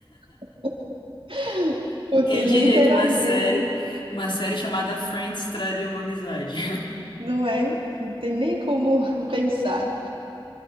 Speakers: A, on the right; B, on the left.
A: <laughs> Porque
B: Quem diria
A: literalmente
B: que uma série, uma série chamada Friends traria uma amizade?
A: não é, não tem nem como <laughs> pensar.